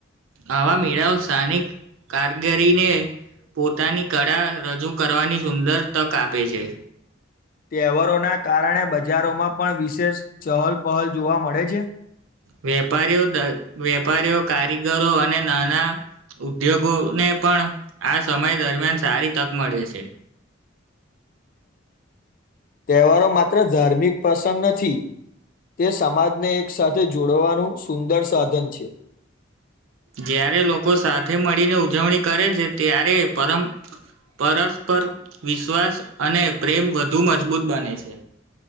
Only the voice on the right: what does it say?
આવા મેળાઓ સ્થાનિક. કારીગરીને પોતાની કળા રજૂ કરવાની સુંદર તક આપે છે.
વેપારીઓ વેપારીઓ કારીગરો અને નાના. ઉદ્યોગોને પણ આ સમય દરમિયાન સારી તક મળે છે.
જ્યારે લોકો સાથે મળીને ઉજવણી કરે છે ત્યારે પરમ, પરસ્પર વિશ્વાસ અને પ્રેમ વધુ મજબૂત બને છે.